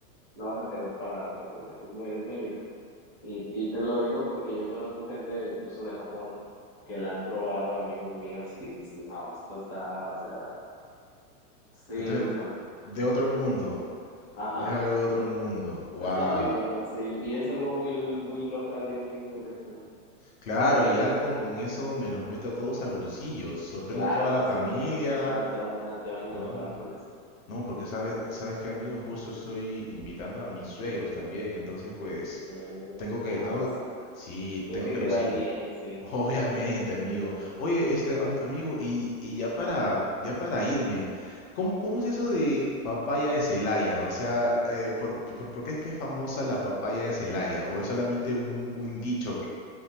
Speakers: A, on the left; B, on the left.
A: no vas a querer parar de comer, es muy, es muy rica. Y, y te lo digo porque yo conozco gente incluso de Japón que la han probado, amigos míos, y dicen, no, esto está, o sea, sí
B: Esto
A: les
B: es
A: gusta mucho.
B: de otro mundo.
A: Ajá,
B: Es algo de otro mundo. Wow.
A: está muy buena, sí, y es algo muy, muy local de aquí, muy regional.
B: Claro, y ya con, con eso me los meto a todos al bolsillo, sorprendo
A: Claro
B: a toda la
A: que
B: familia.
A: sí, no, no, te van a, te van a
B: me
A: adorar
B: van a-
A: con eso.
B: No, porque sabes, sabes que amigo, justo estoy invitando a mis suegros también, entonces pues
A: Mm,
B: tengo que,
A: no,
B: tengo
A: vas.
B: que- sí,
A: Tienes
B: tengo
A: que
B: que
A: quedar
B: lucirme.
A: bien, sí.
B: <laughs> Obviamente, amigo. Oye, este am- amigo, y, y ya para, ya para irme, ¿cómo, cómo es eso de papaya de Celaya? O sea, eh, por, por- por qué es que es famosa la papaya de Celaya? ¿O es solamente un, un dicho